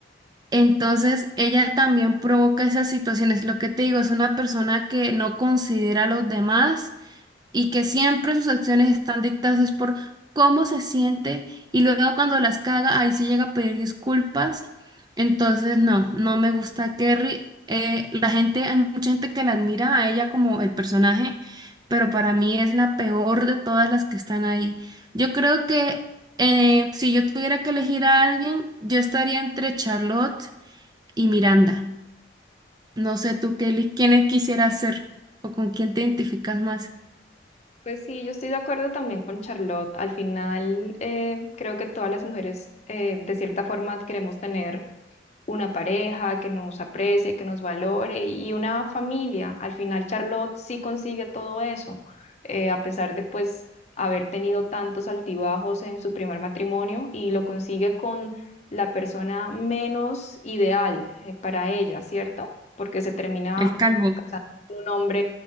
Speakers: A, on the right; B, on the left.
A: Entonces, ella también provoca esas situaciones. Lo que te digo, es una persona que no considera a los demás y que siempre sus acciones están dictadas es por cómo se siente y luego cuando las caga, ahí sí llega a pedir disculpas. Entonces, no, no me gusta a Kerry. Eh, la gente, hay mucha gente que la admira a ella como el personaje, pero para mí es la peor de todas las que están ahí. Yo creo que eh, si yo tuviera que elegir a alguien, yo estaría entre Charlotte y Miranda. No sé tú, Kelly, quién quisieras ser o con quién te identificas más.
B: Pues sí, yo estoy de acuerdo también con Charlotte. Al final, eh, creo que todas las mujeres, eh, de cierta forma, queremos tener una pareja que nos aprecie, que nos valore y una familia. Al final Charlotte sí consigue todo eso, eh, a pesar de pues haber tenido tantos altibajos en su primer matrimonio y lo consigue con la persona menos ideal eh, para ella, ¿cierto? Porque se termina
A: El calvo.
B: casando con un hombre